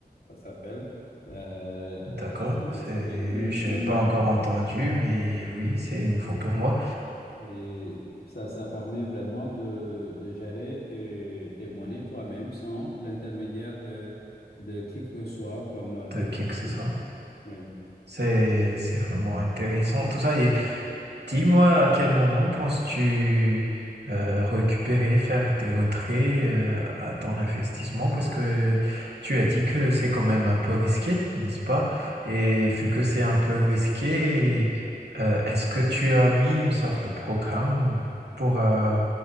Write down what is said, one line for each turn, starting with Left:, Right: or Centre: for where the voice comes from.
Left: ça s'appelle. Euh,
Right: D'accord,
Left: et donc,
Right: c'est,
Left: elle s'appelle Uniswap.
Right: j'ai pas encore entendu, mais oui, c'est nouveau pour moi,
Left: Et ça, ça permet vraiment de, de gérer tes, tes monnaies toi-même sans l'intermédiaire de, de qui que ce soit comme Binance.
Right: de qui que ce
Left: Oui,
Right: soit.
Left: oui.
Right: C'est, c'est vraiment intéressant tout ça. Et, Dis-moi à quel moment penses-tu euh, récupérer, faire tes retraits euh, à ton investissement, puisque tu as dit que c'est quand même un peu risqué, n'est-ce pas? Et vu que c'est un peu risqué, euh, est-ce que tu as mis une sorte de programme pour, euh,